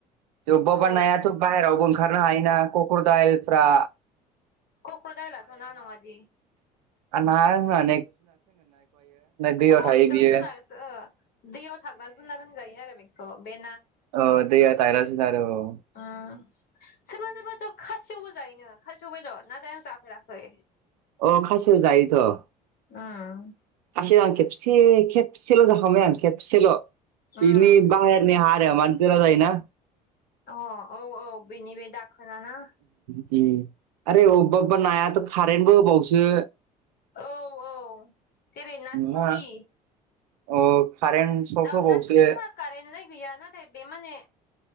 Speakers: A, on the right; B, on the left.
A: बबा बबा
B: औ
A: नायाथ' बाहेरावबो ओंखारनो हायो कक्र दाइलफ्रा
B: कक्रदाइलाथ'ना नङादि
A: <unintelligible> <unintelligible> ना दैयाव
B: अह
A: थायो
B: बेथ'
A: बियो
B: जुनारसो दैयाव थाग्रा जुनार होनजायो आरो बेखौ बे
A: अ दैयाव थाग्रा जुनार औ
B: सोरबा सोरबा थ' खासेवबो जायैनो खासेव बेदर नाथाय आं जाफेराखै
A: अ खासेव जायोथ'
B: उम
A: खासेव खबसे खबसेल' जाखांबाय आं खेबसेल' बिनि
B: उम
A: <unintelligible> <unintelligible> गोरा जायो ना
B: अ औ औ बेनि बे दाखोना नो
A: उम आरो अबबा अबबा नायाथ' कारेनटबो होबावसो
B: औ औ जेरै ना
A: नङा
B: सिंगि
A: अ कारेन्ट सक
B: औ
A: होबावोसो
B: ना सिंगिहा कारेन्टलाय गैया नाथाय बे माने